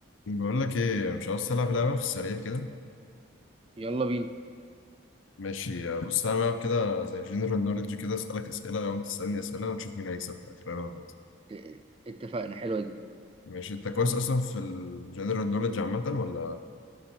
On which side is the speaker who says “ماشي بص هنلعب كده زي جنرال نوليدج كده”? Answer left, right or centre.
Left